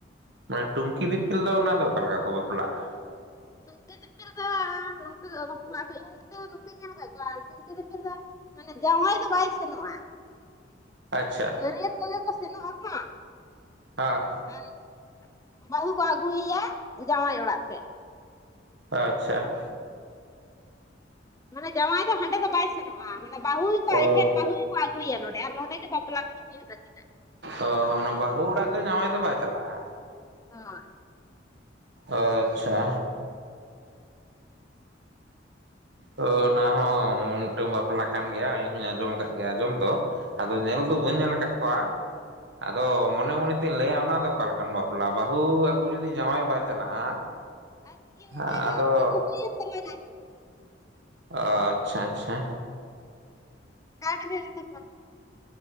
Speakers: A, on the right; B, on the left.
A: ᱢᱟᱱᱮ ᱴᱩᱢᱠᱤ ᱫᱤᱯᱤᱞ ᱫᱚ ᱚᱱᱟ ᱫᱚ ᱚᱠᱟ ᱞᱮᱠᱟ ᱠᱚ ᱵᱟᱯᱞᱟᱜᱼᱟ ᱾
B: ᱴᱩᱝᱠᱤ ᱫᱤᱯᱤᱧ ᱫᱚ ᱱᱚᱝᱠᱟ ᱵᱟᱯᱞᱟ <unintelligible> <inaudible> ᱴᱩᱝᱠᱤ ᱫᱤᱯᱤᱞ ᱫᱚ ᱢᱟᱱᱮ ᱡᱟᱶᱟᱭ ᱫᱚ ᱵᱟᱭ ᱥᱮᱱᱚᱜᱼᱟ ᱾
A: ᱟᱪᱪᱷᱟ ᱾
B: ᱵᱟᱹᱨᱭᱟᱹᱛ ᱠᱚᱜᱮ ᱠᱚ ᱥᱮᱱ ᱟᱠᱚ
A: ᱦᱮᱸ
B: ᱟᱨ ᱵᱟᱹᱦᱩ ᱠᱚ ᱟᱹᱜᱩᱭᱟ ᱡᱟᱶᱟᱭ ᱚᱲᱟᱜ ᱛᱮ ᱾
A: ᱟᱪᱪᱷᱟ ᱾
B: ᱢᱟᱱᱮ ᱡᱟᱶᱟᱭ ᱫᱚ ᱦᱟᱸᱰᱮ ᱫᱚ ᱵᱟᱭ ᱥᱮᱱᱚᱜᱼᱟ ᱾ ᱵᱟᱹᱦᱩ
A: ᱚ
B: ᱠᱚ ᱟᱡᱴᱷᱮᱱ ᱵᱟᱹᱦᱩ ᱠᱚ ᱟᱹᱜᱩᱭᱟ ᱱᱚᱰᱮ ᱟᱨ ᱱᱚᱰᱮ ᱜᱮ ᱵᱟᱯᱞᱟ ᱠᱚᱫᱚ ᱦᱩᱭᱩᱜ ᱛᱟᱹᱠᱤᱱᱟ ᱾
A: ᱚ ᱢᱟᱱᱮ ᱵᱟᱹᱦᱩ ᱚᱲᱟᱜ ᱫᱚ ᱡᱟᱶᱟᱭ ᱫᱚ ᱵᱟᱭ ᱪᱟᱞᱟᱜᱼᱟ ᱾
B: ᱦᱳᱭ
A: ᱟᱪᱪᱷᱟ ᱚᱱᱟ ᱦᱚᱸ ᱢᱩᱱᱴᱟᱝ ᱵᱟᱯᱞᱟ ᱠᱟᱱ ᱜᱮᱭᱟ ᱤᱧ ᱦᱚᱸᱧ ᱟᱸᱡᱚᱢ ᱟᱠᱟᱫ ᱜᱮᱭᱟ ᱟᱸᱡᱚᱢ ᱫᱚ, ᱟᱫᱚ ᱧᱮᱞ ᱫᱚ ᱵᱟᱹᱧ ᱧᱮᱞ ᱟᱠᱟᱫ ᱠᱚᱣᱟ᱾ ᱟᱫᱚ ᱢᱚᱱᱮ ᱢᱚᱱᱮ ᱛᱤᱧ ᱞᱟᱹᱭᱟ ᱚᱱᱟ ᱫᱚ ᱚᱠᱟ ᱞᱮᱠᱟᱱ ᱵᱟᱯᱞᱟ ᱵᱟᱹᱦᱩ ᱟᱹᱜᱩ ᱡᱩᱫᱤ ᱡᱟᱶᱟᱭ ᱵᱟᱭ ᱪᱟᱞᱟᱜᱼᱟ᱾
B: ᱟᱨ ᱤᱱᱠᱟᱹ
A: ᱦᱮᱸ
B: ᱜᱮ
A: ᱟᱫᱚ
B: ᱚᱠᱛᱚ ᱠᱚ ᱦᱩᱭᱮᱱ ᱛᱟᱞᱟᱝᱟ
A: ᱟᱪᱪᱷᱟ ᱟᱪᱪᱷᱟ
B: ᱠᱟᱴ <unintelligible>